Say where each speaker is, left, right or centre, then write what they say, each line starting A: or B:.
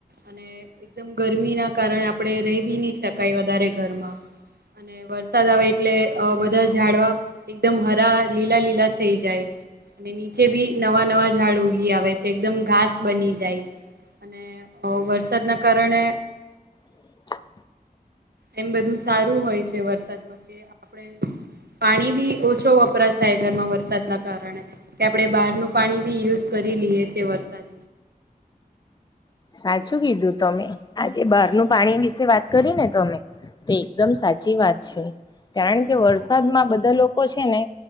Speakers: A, on the right; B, on the left.
A: અને એકદમ ગરમી ના કારણે આપણેે રેવી નહી શકાય વધારે ઘરમાં. અને વરસાદ આવે એટલે બધા ઝાડવા એકદમ હરા લીલા લીલા થઈ જાય. અને નીચે બી નવા નવા ઝાડ ઉગી આવે છે. એકદમ ઘાસ બની જાય. અને વરસાદના કારણે
B: <inaudible>
A: એમ બધું સારું હોય છે. વરસાદમાં કે આપડ પાણી બી ઓછો વપરાશ થાય ઘરમાં વરસાદના કારણે કે આપડણે બહારનું પાણી બી યુઝ કરી લ છે વરસાદ.
B: સાચું કીધું તમે આજે બહારનું પાણી વિશે વાત કરી ને તમે. તે એકદમ સાચી વાત છે. કારણ કે વરસાદમાં બધા લોકો છે ને